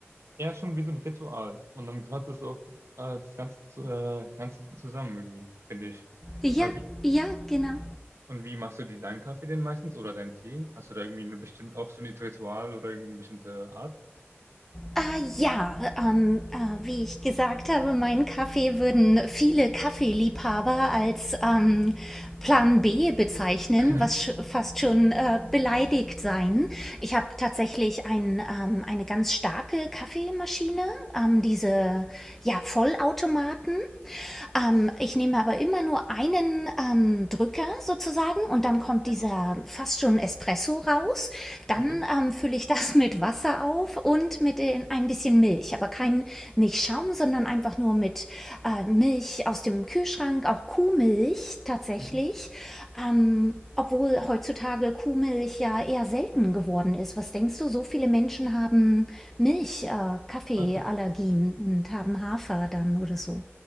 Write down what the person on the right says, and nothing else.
eher schon wie so ein Ritual. Und dann gehört es auch äh, das Ganze, zu, äh, Ganze zusammen irgendwie, finde ich.
Aber wie,
und wie machst du dir deinen Kaffee denn meistens oder deinen Tee? Hast du da irgendwie eine bestimmt auch so ein Ritual oder irgendwie eine bestimmte Art?
<laughs>
Ja,
okay.
Mhm.
Also,